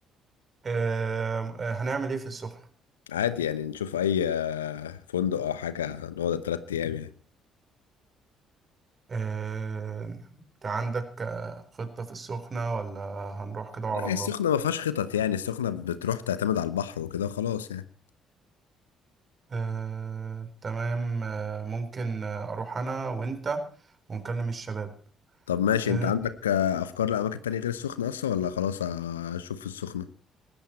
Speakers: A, on the right (about 35°); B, on the left (about 75°).
A: أه آه، هنعمل ايه في السخنه
B: عادي يعني نشوف اي آه، فندق او حاجة نقعد التلات ايام يعني
A: أه انت عندك آه، خطه في السخنه ولا هنروح كده وعلى
B: لا هي
A: الله
B: السخنة ما فيهاش خطط يعني السخنة بتروح تعتمد على البحر وكده وخلاص يعني
A: أه تمام أه ممكن آه، اروح انا وانت ونكلم الشباب
B: طب ماشي
A: آه،
B: انت عندك آه، افكار لاماكن تانية غير السخنة اصلا ولا خلاص آه، اشوف في السخنة